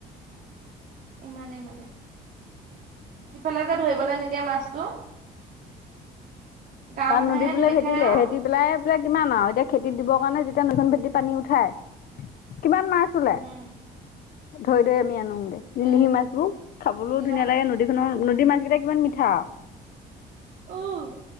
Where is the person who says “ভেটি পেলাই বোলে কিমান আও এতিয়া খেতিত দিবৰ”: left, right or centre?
Left